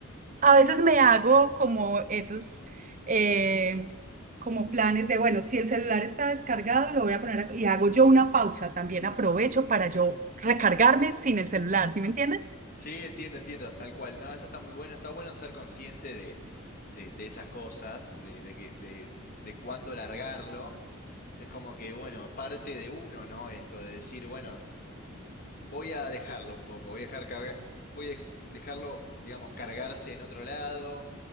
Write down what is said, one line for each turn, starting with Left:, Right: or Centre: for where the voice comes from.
Right: a veces me hago como esos, eh, como planes de, bueno, si el celular está descargado, lo voy a poner a- y hago yo una pausa, también aprovecho para yo recargarme sin el celular, ¿sí me entiendes?
Left: Sí, entiendo, entiendo, tal cual. No, eso está muy bueno, está bueno ser consciente de, de, de esas cosas, de, de, que- de, de cuándo largarlo. Es como que, bueno, parte de uno, ¿no? Esto de decir, bueno, voy a dejarlo un poco, voy a dejar carga- voy a dej- dejarlo, digamos, cargarse en otro lado